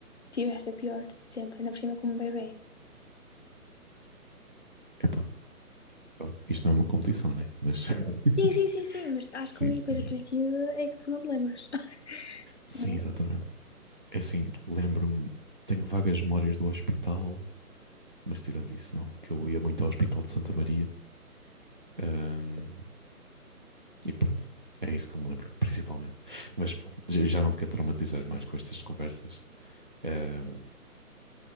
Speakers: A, on the left; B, on the right.
A: tiveste a pior sempre, ainda por cima como bebê.
B: Epá, pronto. Isto não é uma competição, né? Mas <laughs>
A: Sim, sim, sim, sim, mas acho
B: sim,
A: que a única
B: foi.
A: coisa positiva é que tu não te lembras. <laughs>
B: Sim,
A: Sim.
B: exatamente. É assim, lembro-me, tenho vagas memórias do hospital, mas tirando isso, não, que eu ia muito ao Hospital de Santa Maria. Ahm, e pronto. É isso que eu me lembro, principalmente. Mas pronto, já já não te quero traumatizar mais com estas conversas. Ahm,